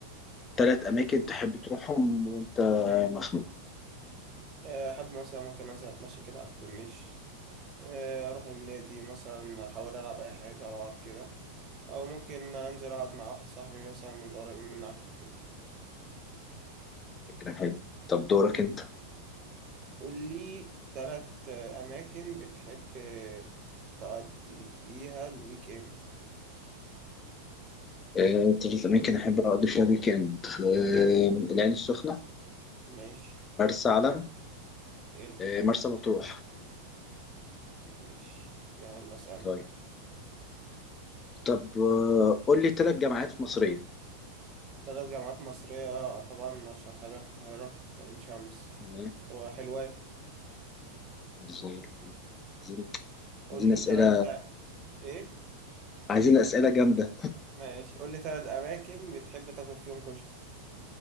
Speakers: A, on the left; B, on the right.
A: ثلاث أماكن تحب تروحهم وأنت مخنوق
B: آه، أحب مثلا ممكن أنزل أتمشى كده على الكورنيش آه، أروح النادي مثلا أحاول ألعب أي حاجة أو أقعد كده أو ممكن أنزل أقعد مع واحد صاحبي مثلا من القريبين من على الكافيه
A: كده حلو طب دورك أنت
B: قول لي تلات آه، أماكن بتحب آه، تقضي فيها الويك إند
A: آه، تلات أماكن أحب أقضي فيها ويكند آه، العين السخنة
B: ماشي
A: مرسى علم
B: حلو
A: آه، مرسى مطروح
B: ماشي يلا سلام
A: طيب طب آه، قول لي تلات جامعات مصرية
B: تلات جامعات مصرية آه، طبعا أشهر حاجة القاهرة عين شمس
A: تمام
B: وحلوان
A: زي الفل عايزين
B: قول
A: عايزين
B: لي
A: أسئلة
B: تلات إيه؟
A: عايزين أسئلة جامدة
B: ماشي قول لي ثلاث أماكن بتحب تاكل فيهم كشري